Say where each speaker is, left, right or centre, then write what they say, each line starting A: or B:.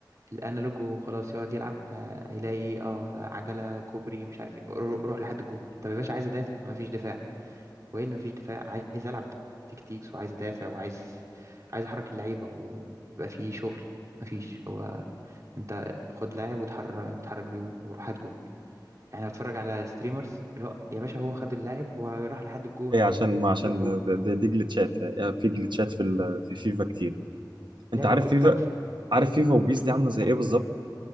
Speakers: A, on the right (about 45°); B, on the right (about 80°).
A: الانالوج وخلاص يقعد يلعب ه- هيلاقي اه عجلة كوبري مش عارف ايه رو- روح لحد الجون طب يا باشا عايز ادافع مفيش دفاع هو ايه اللي مفيش دفاع عايز العب تكتيكس وعايز ادافع وعايز عايز احرك اللعيبه ويبقى فيه شغل مفيش هو انت خد لاعب وتحرك وتحرك بيه وروح هات جون يعني بتفرج على ستريمرز اللي هو يا باشا هو خد اللاعب وراح لحد الجون
B: ايه عشان ما عشان
A: جاب جون
B: دي, دي جلتشات يعني في جلتشات في ال- في فيفا كتير
A: لعبه
B: انت عارف
A: كل...
B: فيفا
A: طب ف-
B: عارف فيفا وبيس
A: فين
B: دي عامله
A: المتعه
B: زي ايه بالظبط